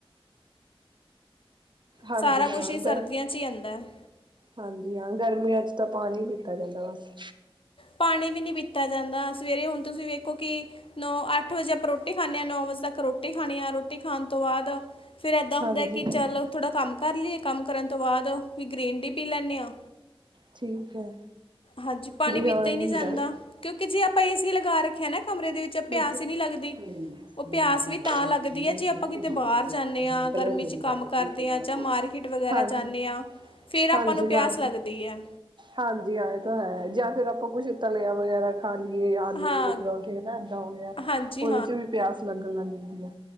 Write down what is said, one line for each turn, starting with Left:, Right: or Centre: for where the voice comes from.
Right: ਹਾਂਜੀ,
Left: ਸਾਰਾ ਕੁਝ
Right: ਹਾਂ
Left: ਹੀ ਸਰਦੀਆਂ
Right: ਦੈ।
Left: 'ਚ ਹੀ ਆਉਂਦਾ ਹੈ
Right: ਹਾਂਜੀ, ਹਾਂ ਗਰਮੀਆਂ ਚ ਤਾਂ ਪਾਣੀ ਪੀਤਾ ਜਾਂਦਾ ਬਸ।
Left: ਪਾਣੀ ਵੀ ਨੀ ਪੀਤਾ ਜਾਂਦਾ। ਸਵੇਰੇ ਹੁਣ ਤੁਸੀਂ ਵੇਖੋ ਕਿ ਨੌ ਅੱਠ ਵੱਜੇ ਆਪਾਂ ਰੋਟੀ ਖਾਣੇ ਆਂ, ਨੌ ਵੱਜੇ ਤੱਕ ਰੋਟੀ ਖਾਣੀ ਆ, ਰੋਟੀ ਖਾਣ ਤੋਂ ਵਾਦ ਫਿਰ ਏਦਾ ਹੁੰਦਾ
Right: ਹਾਂਜੀ
Left: ਕਿ, ਚੱਲ ਥੋੜ੍ਹਾ ਕੰਮ ਕਰ ਲੀਏ। ਕੰਮ ਕਰਨ ਤੋਂ ਵਾਦ, ਵੀ ਗਰੀਨ ਟੀ ਪੀ ਲੈਣੇ ਆਂ।
Right: ਠੀਕ ਐ।
Left: ਹਾਂਜੀ, ਪਾਣੀ ਪੀਤਾ
Right: ਹਾਂ ਇਹ
Left: ਈ ਨੀ
Right: ਹੁੰਦਾ।
Left: ਜਾਂਦਾ। ਕਿਉਂਕਿ ਜੇ ਆਪਾਂ, ਏਸੀ ਲਗਾ ਰੱਖਿਆ ਨਾ, ਕਮਰੇ ਵਿੱਚ ਚ
Right: ਦੁੱਧ
Left: ਪਿਆਸ ਈ ਨੀ ਲਗਦੀ।
Right: ਹਲੇ ਨੀ ਮੈਨੂੰ
Left: ਓ ਪਿਆਸ
Right: ਗਰਮੀ
Left: ਵੀ
Right: ਬਹੁਤ
Left: ਤਾਂ
Right: ਲੱਗ
Left: ਲਗਦੀ
Right: ਰਹੀ ਮੈਂ
Left: ਐ, ਜੇ
Right: ਇੱਕ
Left: ਆਪਾਂ
Right: ਰੋਟੀ
Left: ਕਿਤੇ
Right: ਖਾਊਂਗੀ
Left: ਬਾਰ
Right: ਦੀ
Left: ਜਾਣੇ
Right: ਖਾਧੀ
Left: ਆ,
Right: ਹਲੇ ਪਹਿਲਾਂ
Left: ਗਰਮੀ
Right: ਕੋਈ
Left: ਚ ਕੰਮ
Right: ਗੱਲ
Left: ਕਾਰਦੇ
Right: ਘੰਟੇ ਬਾਅਦ
Left: ਆ, ਜਾਂ
Right: ਖਾਊਂਗੀ।
Left: ਮਾਰਕੀਟ ਵਗੈਰਾ
Right: ਹਾਂਜੀ,
Left: ਜਾਣੇ ਆ। ਫੇਰ ਆਪਾਂ
Right: ਹਾਂਜੀ
Left: ਨੂੰ ਪਿਆਸ
Right: ਹਾਂ।
Left: ਲਗਦੀ ਐ।
Right: ਹਾਂਜੀ, ਹਾਂ ਏ ਤਾਂ ਹੈ। ਜਾਂ ਫੇਰ ਆਪਾਂ ਕੁੱਛ ਤਲਿਆ ਵਗੈਰਾ ਖਾਂ ਲੀਏ ਯਾ ਆਲੂ
Left: ਹਾਂ
Right: ਵਲੇ ਪਰੌਂਠੇ ਫੇਰ ਨਾ ਐਦਾਂ ਹੋ ਗਿਆ।
Left: ਹਾਂਜੀ
Right: ਉਹਦੇ ਚ ਵੀ ਪਿਆਸ ਲਗਣ ਲਗ ਜਾਂਦੀ ਐ।